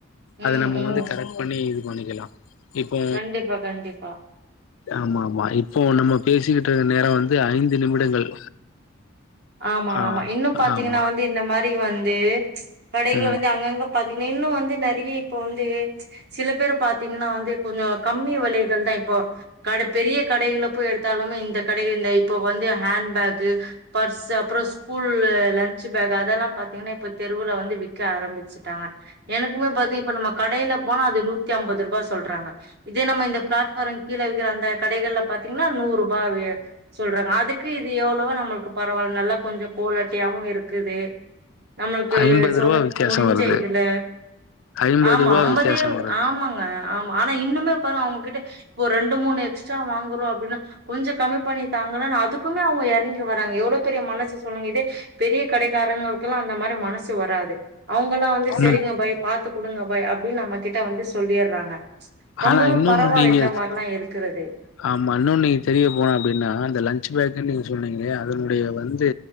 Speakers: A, on the left; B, on the right.
A: அது
B: ம்,
A: நம்ம
B: ம்.
A: வந்து கரெக்ட் பண்ணி இது வாங்கிக்கலா இப்போ
B: கண்டிப்பா, கண்டிப்பா.
A: ஆமா ஆமா இப்போ நம்ம பேசிக்கிட்டு இருக்க நேரோ வந்து ஐந்து நிமிடங்கள்
B: ஆமா
A: ஆ
B: ஆமா இன்னும் பாத்தீங்கன்னா
A: ஆமா
B: வந்து இந்த மாரி வந்து கடைகளை
A: ம்
B: வந்து அங்கங்க பாத்தீங்கன்னா இன்னும் வந்து நெறைய இப்போ வந்து சில பேரு பாத்தீங்கன்னா வந்து கொஞ்ச கம்மி விலைகள் தான் இப்போ கடை பெரிய கடைகள போய் எடுத்தாலுமே இந்த கடைகள் இந்த இப்ப வந்து ஹேண்ட்பேக்கு பர்ஸ்சு அப்புறம் ஸ்கூல் லன்ச் பேக் அதெல்லா பாத்தீங்கன்னா இப்ப தெருவுல வந்து விக்க ஆரம்பிச்சுட்டாங்க எனக்குமே பாத்தீங்க இப்ப நம்ம கடையில போனா அது நூத்தி ஐம்பது ரூபாய் சொல்றாங்க இதே நம்ம இந்த பிளாட்ப்பாரம் கீழே வி அந்த கடைகள்ல பாத்தீங்கன்னா
A: ம்
B: நூறு ரூபா வி சொல்றாங்க அதுக்கு இது எவ்வளவோ நம்மளுக்கு பரவாயில்ல நல்லா கொஞ்ச குவாலட்டியு இருக்குது நம்மளுக்கு
A: ஐம்பது
B: சொன்ன
A: ரூபா வித்தியாசம்
B: முடிஞ்ச
A: வருது
B: இதுல
A: ஐம்பது
B: ஆமா
A: ரூபா
B: ஐம்பதிய
A: வித்தியாசம் வருது
B: ஆமாங்க ஆமா ஆனா இன் இன்னும்மே பாருங்க அவங்ககிட்ட ஒரு ரெண்டு மூணு எக்ஸ்ட்ரா வாங்குரோ அப்படினா கொஞ்ச கம்மி பண்ணி தாங்க அதுக்குமே அவங்க இறங்கி வ எவ்ளோ பெரிய மனசு சொல்லுங்க இதே பெரிய கடைக்காரங்களுக்குல்லா அந்த மாரி மனசு வராது அவங்க எல்லா வந்து சரிங்க
A: ம்
B: பாய் பாத்து கொடுங்க பாய் அப்படின்னு நம்ம கிட்ட வந்து சொல்லிடுறாங்க ரொம்பவே
A: ஆனா இன்னொன்னு
B: பரவாயில்ல
A: நீங்க
B: இந்த மாரிலா இருக்குறது
A: ஆமா இன்னொ நீங்க தெரிய போன அப்படின்னா அந்த லன்ச் பேக்குன்னு நீங்கள் சொன்னீங்களே அதனுடைய வந்து